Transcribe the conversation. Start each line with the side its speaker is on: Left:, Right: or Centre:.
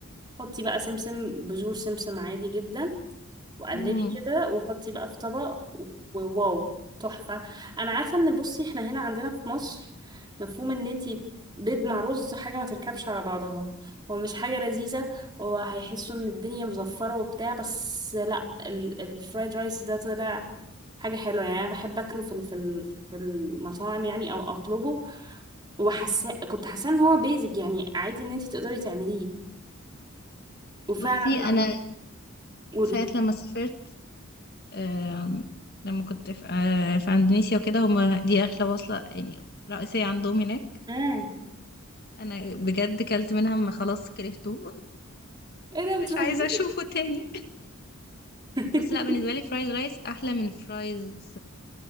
Right: حطي بقى سمسم بذور سمسم عادي جدا وقلبي
Left: مم.
Right: كده وحطي بقى في طبق وواو تحفة انا عارفة ان بصي احنا هنا عندنا في مصر مفهوم ان انتي بيض مع رز حاجة ما تركبش على بعضها هو مش حاجة لذيذة وهيحسوا ان الدنيا مزفرة وبتاع بس لا ال- الفرايد رايس ده طلع حاجة حلوة يعني أنا بحب أكله في ال- في ال- في المطاعم يعني أو أطلبه وحاسة كنت حاسة إن هو بيزك يعني عادي إن أنت تقدري تعمليه وفعلا
Left: بصي انا
Right: لو قولي
Left: ساعة لما سافرت آم، لما كنت في, آه، في اندونيسيا وكده هما دي اغلى وصلة يعني رئيسية عندهم هناك
Right: امم
Left: انا بجد كلت منها ما خلاص كرفته
Right: ايه ده
Left: مش
Right: بتهزري
Left: عايزة اشوفه تاني
Right: <laughs>
Left: بس لا بالنسبه لي فرايز رايس احلى من فرايز